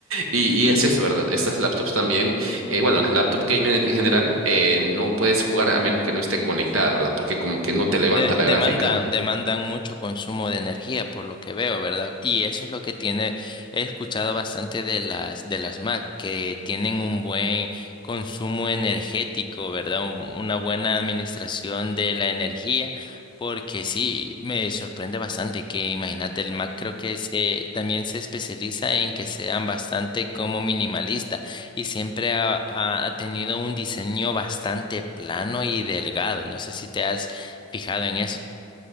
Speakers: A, on the right; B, on the left.
A: Y, y es eso, ¿verdad? Estas laptops también eh, bueno, las laptop gamer en general, eh, no puedes jugar a menos que no esté conectada, ¿verdad? Porque como que no te levanta
B: De- demandan,
A: la gráfica.
B: demandan mucho consumo de energía, por lo que veo, ¿verdad? Y eso es lo que tiene, he escuchado bastante de las, de las Mac, que tienen un buen consumo energético, ¿verdad? Un- una buena administración de la energía, porque sí, me sorprende bastante que, imagínate, el Mac creo que se, también se especializa en que sean bastante como minimalista y siempre ha, ha ha tenido un diseño bastante plano y delgado. No sé si te has Fijado en eso.